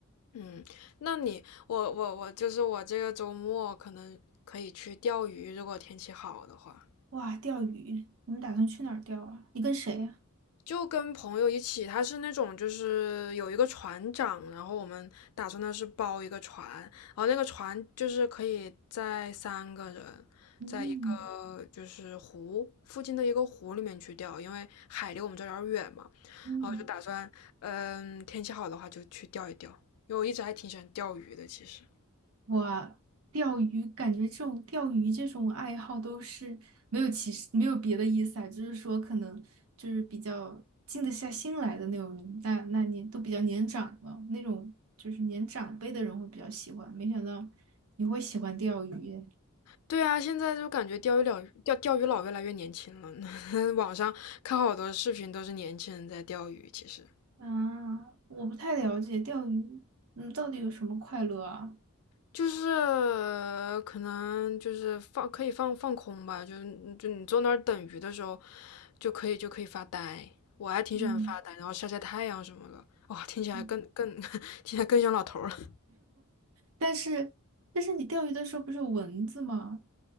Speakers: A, on the left; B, on the right.
A: 嗯，那你，我我我，就是我这个周末可能可以去钓鱼，如果天气好的话。
B: 哇，钓鱼，你们打算去哪儿钓啊？你跟谁呀？
A: 就跟朋友一起，他是那种就是有一个船长，然后我们打算的是包一个船，然后那个船就是可以在三个人，
B: 嗯
A: 在一个就是湖附近的一个湖里面去钓，因为海离我们这儿有点远嘛，
B: 嗯。
A: 然后就打算，嗯，天气好的话就去钓一钓，因为我一直还挺喜欢钓鱼的，其实。
B: 我钓鱼，感觉这种钓鱼这种爱好都是没有其实没有别的意思啊，就是说可能就是比较静得下心来的那种人，那那你都比较年长了，那种就是年长辈的人会比较喜欢。没想到你会喜欢钓鱼耶，
A: 对啊，现在就感觉钓鱼佬钓钓鱼佬越来越年轻了，<laughs> 网上看好多视频都是年轻人在钓鱼，其实。
B: 啊，我不太了解钓鱼，嗯，到底有什么快乐啊？
A: 就是可能就是放可以放放空吧，就就你坐那儿等鱼的时候，就可以就可以发呆。我还挺喜欢发呆，
B: 嗯
A: 然后晒晒太阳什么的。哇，听起来更更
B: 嗯，
A: <laughs> 听起来更像老头儿了。
B: 但是但是你钓鱼的时候不是有蚊子吗？